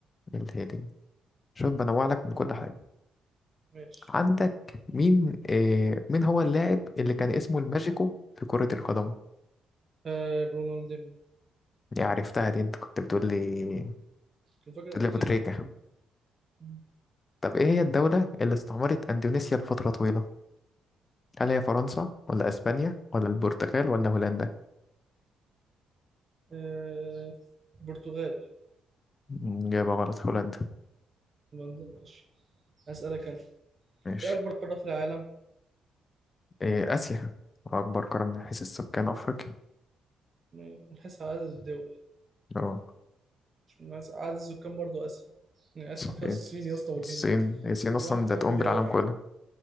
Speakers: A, on the left; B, on the right.
A: الهيليوم شوف بنوع لك من كل حاجة
B: ماشي
A: عندك مين إيه مين هو اللاعب اللي كان اسمه الماجيكو في كرة القدم
B: آه رونالدينيو
A: دي عرفتها دي انت كنت بتقول لي
B: الفكرة
A: بتقول
B: أبو
A: لي
B: تريكة
A: ابو تريكة
B: مم.
A: طب ايه هي الدولة اللي استعمرت اندونيسيا لفترة طويلة هل هي فرنسا ولا اسبانيا ولا البرتغال ولا هولندا
B: آه البرتغال
A: مم، إجابة غلط هولندا
B: هولندا ماشي هسألك أنا
A: ماشي
B: ايه أكبر قارة في العالم؟
A: إيه آسيا أكبر قارة من حيث السكان أفريقيا
B: من من حيث عدد الدول
A: أه
B: مش من حيث عدد السكان برضو آسيا يعني آسيا
A: صحيح
B: فيها الصين يا اسطى والهند
A: الصين هي الصين
B: كل
A: أصلا
B: واحدة فيها
A: ده تقوم
B: مليار
A: بالعالم كله